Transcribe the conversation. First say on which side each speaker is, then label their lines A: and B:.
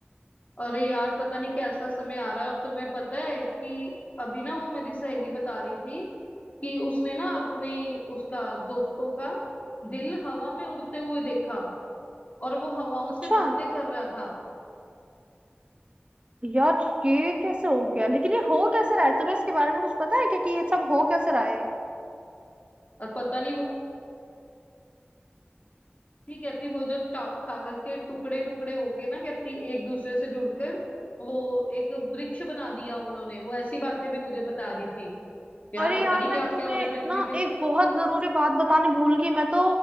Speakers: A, on the left (about 40°); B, on the right (about 30°).
A: अरे यार पता नहीं कैसा समय आ रहा है और तुम्हें पता है कि अभी ना वो मेरी सहेली बता रही थी कि उसने ना अपने उसका दोस्तों का दिल हवा में उड़ते हुए देखा और वो हवाओं
B: अच्छा
A: से बातें कर रहा था
B: यार ये कैसे हो गया लेकिन ये हो कैसे रहा है तुम्हें इसके बारे में कुछ पता है क्या कि ये सब हो कैसे रहा है
A: और पता नहीं वो भी कहती वो जो टा- कागज के टुकड़े टुकड़े होके ना कहती एक दूसरे से जुड़कर वो एक वृक्ष बना दिया उन्होंने वो ऐसी बातें भी मुझे बता रही थी यार
B: अरे
A: पता
B: यार
A: नहीं
B: मैं
A: क्या क्या
B: तुम्हें
A: हो रहा है पृथ्वी
B: ना
A: पे
B: एक बहुत जरूरी बात बताने भूल गई मैं तो